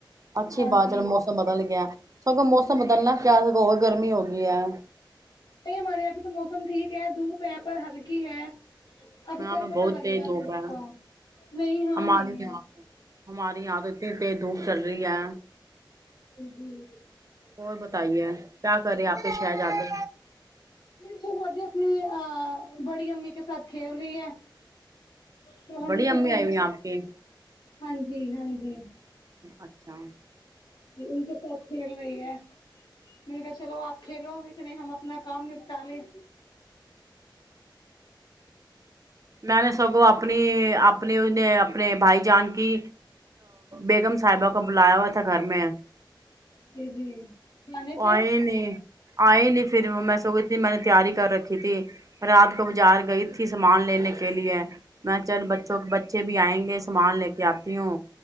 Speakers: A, on the right; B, on the left.
A: اچھی
B: ہاں
A: بات
B: جی
A: چل موسم بدل گیا سگو موسم
B: جی
A: بدلنا کیا سگ گرمی ہوگئی ہے
B: نہیں ہمارے یہاںبھی تو موسم ٹھیک ہے دھوپ ہے پر ہلکی ہے اب
A: یہاں
B: کل
A: پہ
B: پتا
A: بہت
B: لگے
A: تیز
B: گا
A: دھوپ ہے
B: کا نہیں ہاں
A: ہمارے
B: نہیں
A: یہاں
B: ہے
A: ہمارے یہاں تو اتنی تیز دھوپ چل رہی ہے
B: <inaudible>
A: اور بتائیے کیا کر رہے ہیں آپ کے شہزادے
B: میری شہزادی اپنی بڑی امی کے ساتھ کھیل رہی ہے تو
A: بڑی
B: ہم نے
A: امی
B: سوچا
A: آئی
B: ہمیں
A: ہوئی ہیں آپ کی
B: ہاں جی ہاں جی
A: اچھا
B: ج ان کے ساتھ کھیل رہی ہے میں نے کہا چلو آپ کھیلو اتنے ہم اپنا کام نپٹالے
A: میں نے سگوں اپنی اپنی اپنے بھائی جان کی بیگم صاحبہ کو بلایا ہوا تھا گھر میں
B: جی جی کھانے پہ
A: آئے نے آئی نہیں پھر میں سو اتنی میں نے تیاری کر رکھی تھی رات کو بازار گئی تھی سامان لینے کے لیے میں چل بچوں کے بچے بھی آئیں گے سامان لے کے آتی ہو